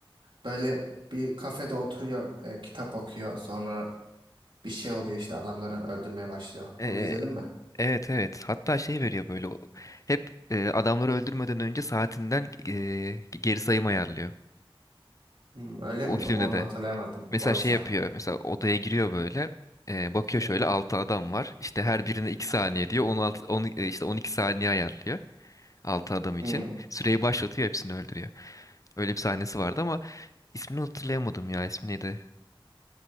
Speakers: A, on the right; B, on the left.
A: Böyle bir kafede oturuyor, e, kitap okuyor. Sonra bir şey oluyor işte adamları öldürmeye başlıyor.
B: e,
A: Onu
B: e,
A: izledin mi?
B: evet evet hatta şey veriyor böyle o- hep e, adamları öldürmeden önce saatinden e, geri sayım ayarlıyor.
A: Hmm, öyle
B: O
A: mi?
B: filmde
A: Onu
B: de
A: hatırlayamadım
B: mesela
A: oysa.
B: şey yapıyor mesela odaya giriyor böyle e, bakıyor
A: Hmm,
B: şöyle 6 adam var işte her birine 2 saniye diyor 16, 10, e, işte 12 saniye ayarlıyor 6 adam için
A: hmm.
B: süreyi başlatıyor hepsini öldürüyor. Öyle bir sahnesi vardı ama ismini hatırlayamadım ya ismi neydi?